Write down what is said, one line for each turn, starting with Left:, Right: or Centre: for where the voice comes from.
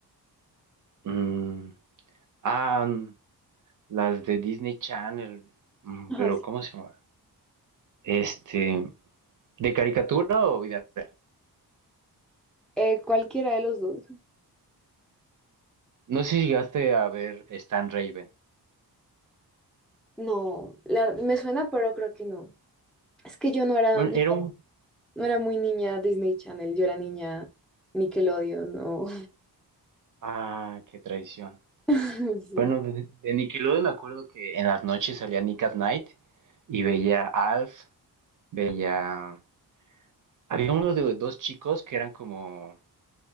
Right: Mm, ah, mm, las de Disney Channel, mm,
Centre: Ajá,
Right: pero
Centre: sí.
Right: ¿cómo se llama? Este, ¿de caricatura o vida real?
Centre: Eh, cualquiera de los dos.
Right: No sé si llegaste a ver Stan Raven.
Centre: No, la- me suena, pero creo que no. Es que yo no era,
Right: Bueno,
Centre: yo
Right: era un...
Centre: no era muy niña Disney Channel, yo era niña Nickelodeon, no.
Right: Ah, qué traición.
Centre: <laughs> Sí.
Right: Bueno, de, de Nickelodeon me acuerdo que en las noches salía Nick at Night y veía Alf, veía Había uno de dos chicos que eran como